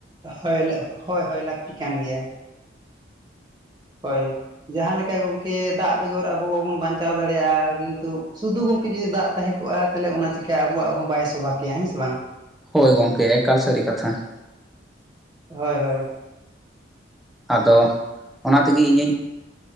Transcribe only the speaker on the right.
ᱦᱳᱭ ᱞᱚ ᱦᱳᱭ ᱞᱟᱹᱠᱛᱤ ᱠᱟᱱ ᱜᱮᱭᱟ ᱦᱳᱭ ᱡᱟᱦᱟᱸᱮᱠᱟ ᱜᱚᱝᱠᱮ ᱫᱟᱜ ᱵᱮᱜᱚᱨ ᱟᱵᱚ ᱵᱟᱵᱚᱱ ᱵᱟᱧᱪᱟᱣ ᱫᱟᱲᱮᱭᱟᱜᱼᱟ ᱠᱤᱱᱛᱩ ᱥᱩᱫᱷᱩ ᱜᱚᱝᱠᱮ ᱡᱩᱫᱤ ᱫᱟᱜ ᱛᱟᱦᱮᱸ ᱠᱚᱜᱼᱟ ᱾ ᱛᱟᱦᱚᱞᱮ ᱚᱱᱟ ᱪᱮᱠᱟ ᱟᱵᱚᱣᱟᱜ ᱦᱚᱸ ᱵᱟᱭ ᱥᱚᱵᱷᱟ ᱠᱮᱭᱟ ᱦᱮᱸ ᱥᱮ ᱵᱟᱝ
ᱦᱳᱭ ᱦᱳᱭ ᱾